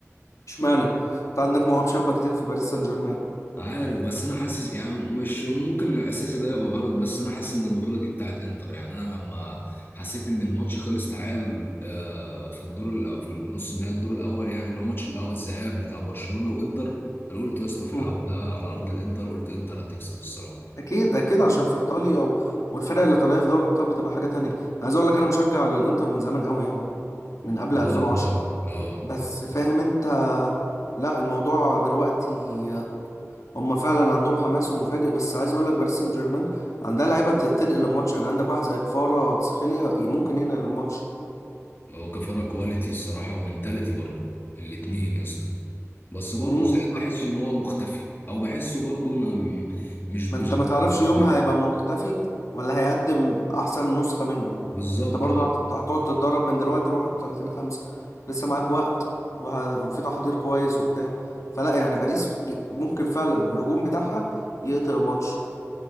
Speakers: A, on the left; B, on the left.
A: اشمعنى انت عندك مواهب شابه كتير في باريس سان جيرمان
B: عارف بس انا حاسس يعني مش ممكن الاحساس ده يبقى غلط بس انا حاسس ان البطوله دي بتاعت انتر يعني انا لما حسيت ان الماتش خلص تعادل آه، في الدور الأ- في النص النهائي الدور الاول يعني اللي هو ماتش الاول الذهاب بتاع برشلونه وانتر انا قلت يا اسطى في
A: مم.
B: العوده على ارض الانتر قلت انتر هتكسب الصراحه
A: اكيد اكيد عشان في ايطاليا و... والفرق الايطاليه في دوري الابطال بتبقى حاجه تانية انا عايز اقول لك انا مشجع للانتر من زمان قوي يعني من قبل
B: لا
A: 2010
B: والله اه
A: بس فاهم انت لا الموضوع دلوقتي هم فعلا عندهم حماس ومفاجئ بس عايز اقول لك باريس سان جيرمان عندها لعيبه ت- تنقل الماتش يعني عندك واحد زي كفارة تسخيليا ممكن ينقل الماتش
B: هو كفاره كواليتي الصراحه ومنتاليتي برضه الاتنين يا اسطى بس برضه
A: امم
B: ساعات بحس ان هو مختفي او بحسه برضه ما- مش
A: ما
B: مش
A: انت
B: مش
A: ما تعرفش
B: بالشكل
A: يومها هيبقى مختفي ولا هيقدم احسن نسخة منه
B: بالظبط
A: انت برضه
B: اه
A: هت- هتقعد تتدرب من دلوقتي ل 31 5 لسه معاك وقت وه... وفي تحضير كويس وبتاع فلا يعني باريس ج- ممكن فعلا الهجوم بتاعها يقتل الماتش